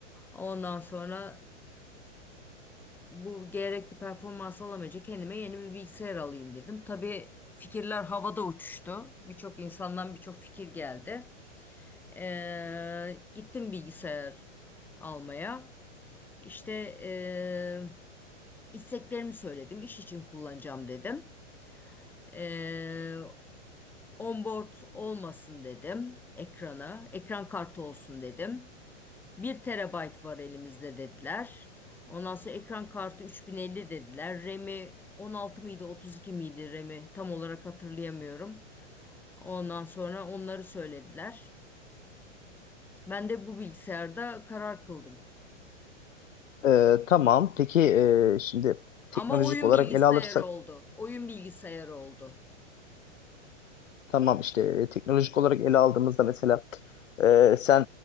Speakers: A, in the centre; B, on the left.
A: Ondan sonra bu gerekli performans alamayınca kendime yeni bir bilgisayar alayım dedim. Tabii fikirler havada uçuştu. Birçok insandan birçok fikir geldi. Ee, gittim bilgisayar almaya. İşte ee, isteklerimi söyledim. İş için kullanacağım dedim. Ee, onboard olmasın dedim ekrana. Ekran kartı olsun dedim. Bir terabayt var elimizde dediler. Ondan sonra ekran kartı 3050 dediler. RAM'i 16 mıydı 32 miydi RAM'i tam olarak hatırlayamıyorum. Ondan sonra onları söylediler. Ben de bu bilgisayarda karar kıldım.
B: Ee, tamam. Peki e, şimdi
A: Ama
B: teknolojik
A: oyun
B: olarak
A: bilgisayarı
B: ele alırsak
A: oldu. Oyun bilgisayarı oldu.
B: tamam işte e, teknolojik olarak ele aldığımızda mesela e, sen